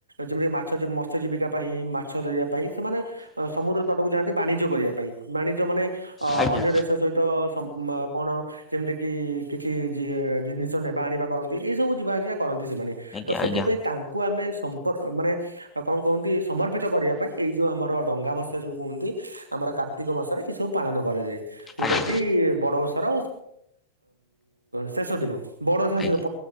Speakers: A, on the right; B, on the left.
A: ଯେମିତି ମାଛ <unintelligible> ମତ୍ସ୍ୟ ଜୀବିକା ପାଇଁ ମାଛ ଧରିବା ପାଇଁ। ସେମାନେ ସମୁଦ୍ର ତଟକୁ ଯାଆନ୍ତି ବାଣିଜ୍ୟ କରିବା ପାଇଁ। ବାଣିଜ୍ୟ ମାନେ ଅ
B: ଆଜ୍ଞା
A: ଅନ୍ୟ ଦେଶ <unintelligible> କଣ ଯେମିତି କି କିଛି ଜିନିଷ ନେବା ଆଣିବା କରନ୍ତି। ଏଇ ସବୁ ଯିବା ଆସିବା କରନ୍ତି ସେମାନେ।
B: ଆଜ୍ଞା
A: ତ ସେଥିପାଇଁ
B: ଆଜ୍ଞା
A: ତାଙ୍କୁ ଆମେ ସମ୍ପର୍କ ମାନେ ଆ କଣ କୁହନ୍ତି ସମର୍ପିତ କରିବା ପାଇଁ। ଏଇ ଯୋଉ ଆମର ଡଙ୍ଗା ଭସା ଯୋଉ କୁହନ୍ତି। ଆମର କାର୍ତ୍ତିକ ମାସରେ ଏଇ ସବୁ ପାଳନ କରାଯାଏ। ଯୋଉଟା
B: ଆଜ୍ଞା
A: କି ବଡ଼ ଓଷାର ଶେଷ ଦିନ <unintelligible>
B: ଆଜ୍ଞା